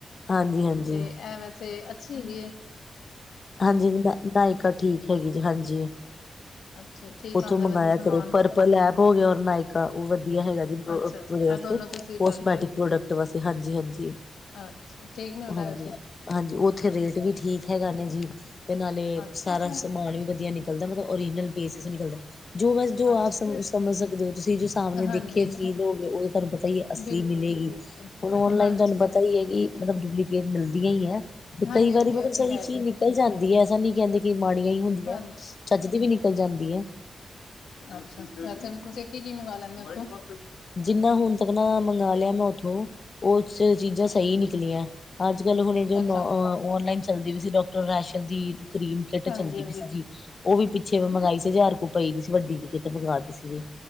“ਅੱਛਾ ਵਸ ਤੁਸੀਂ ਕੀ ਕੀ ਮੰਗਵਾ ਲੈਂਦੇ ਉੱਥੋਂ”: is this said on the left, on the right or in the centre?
Left